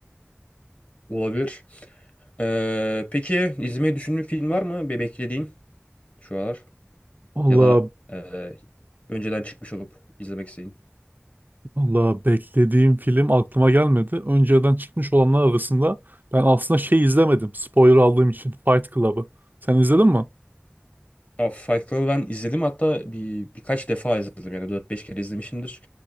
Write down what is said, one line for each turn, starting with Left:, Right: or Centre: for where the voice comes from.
Left: Olabilir. Ee, peki izlemeyi düşündüğün film var mı? Be beklediğin şu aralar
Right: Allah
Left: ya da e, önceden çıkmış olup izlemek istediğin.
Right: Allah beklediğim film aklıma gelmedi. Önceden çıkmış olanlar arasında ben aslında şey izlemedim. Spoiler aldığım için Fight Club'ı. Sen izledin mi?
Left: Aa, Fight Club'ı ben izledim hatta bir birkaç defa izledim yani dört beş kere izlemişimdir.